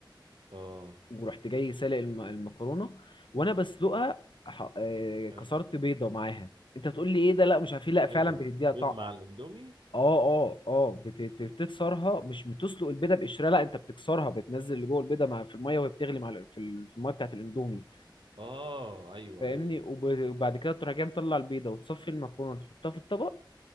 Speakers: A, on the right; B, on the left.
A: اه
B: ورحت جاي سالق الم... المكرونه وانا بسلقها ح... آه، كسرت
A: حلو
B: بيضه معاها انت تقول لي ايه ده لا مش عارف ايه لا فعلا
A: ايه ده
B: بتديها طعم
A: بيض مع الاندومي
B: اه اه اه بت- بت- بتكسرها مش بتسلق البيضه بقشرها لا انت بتكسرها بتنزل اللي جوه البيضه مع في الميه وهي بتغلي مع ال- في ال- في الميه بتاعت الاندومي
A: اه ايوه
B: فاهمني
A: ايوه
B: وب- وبعد كده تروح جاي مطلع البيضه وتصفي المكرونه وتحطها في الطبق